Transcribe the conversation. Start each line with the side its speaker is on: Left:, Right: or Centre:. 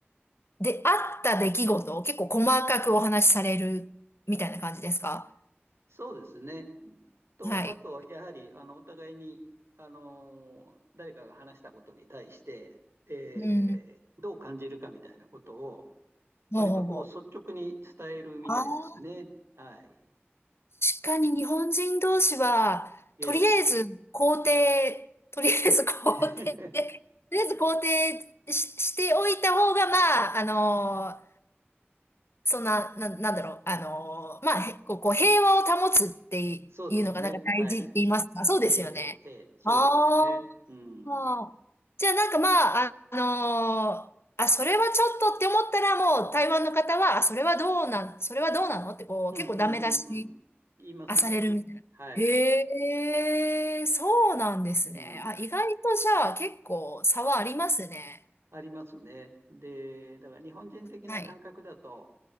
Left: で、あった出来事を結構細かくお話しされるみたいな感じですか
Right: そうですね。と、
Left: はい。
Right: あとはやはり、あの、お互いに、あの、誰かが話したことに対して、えーどう感じるかみたいなことを、
Left: うん。ほうほうほ
Right: 割とこう、率直に伝えるみたいですね。
Left: う。ああ、
Right: はい。
Left: 確かに日本人同士は、
Right: ええ
Left: とりあえず肯定、とりあえず肯定、
Right: <laughs>
Left: とりあえず肯定し、しておいた方が、まあ、あのそんな、な、なんだろう、あのーまあ、へこう、こう平和を保つって
Right: そうですね。
Left: いうのがなんか大事って言いますかそうですよね。
Right: はい。ええええええそうですよね。
Left: あ
Right: うん。
Left: あ。
Right: うん
Left: じゃあなんかまあ、あのーあ、それはちょっとって思ったらもう台湾の方は、あ、それはどうなん、それはどうなのってこう、
Right: うんうんうん。
Left: 結構ダメ出し
Right: 言いますね。
Left: あされるみたいな。
Right: はい。
Left: へえ、そうなんですね。
Right: うん。
Left: あ、意外とじゃあ結構差はありますね。
Right: ありますね。で、だから日本人的な感覚だと、
Left: はい。